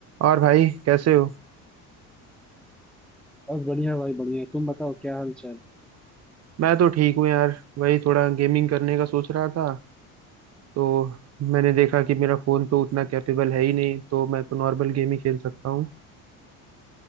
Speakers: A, on the right; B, in the centre.
A: और भाई कैसे हो
B: बस बढ़िया भाई बढ़िया तुम बताओ क्या हाल चाल
A: मैं तो ठीक हूँ यार वही थोड़ा गेमिंग करने का सोच रहा था तो मैंने देखा कि मेरा फोन तो उतना कैपेबल है ही नहीं तो मैं तो नॉर्मल गेम ही खेल सकता हूँ